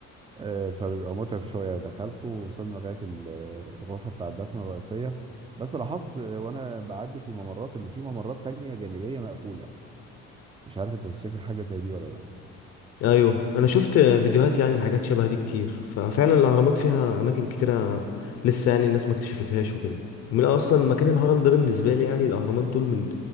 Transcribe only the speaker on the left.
ايوه انا شفت فيديوهات يعني حاجات شبه دي كتير ففعلا الاهرامات فيها اماكن كتيره لسه يعني الناس ما اكتشفتهاش وكده ومن اصلا مكان الهرم ده بالنسبه لي يعني الاهرامات دول من